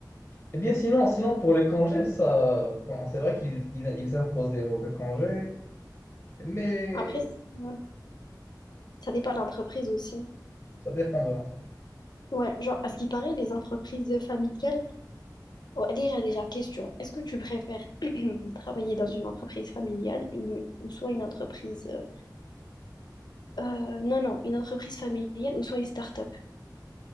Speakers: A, on the left; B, on the left.
A: eh bien sinon, sinon, pour les congés, ça, bon, c'est vrai qu'ils ils, ils imposent des jours de congés, mais
B: Après, c- ouais, ça dépend de l'entreprise aussi.
A: ça dépend de l'enfant.
B: Ouais, genre, à ce qui paraît, les entreprises familiales. Ouais, déjà, déjà, question. Est-ce que tu préfères <clears throat> travailler dans une entreprise familiale une- ou soit une entreprise. euh, euh, non, non, une entreprise familiale ou soit une start-up?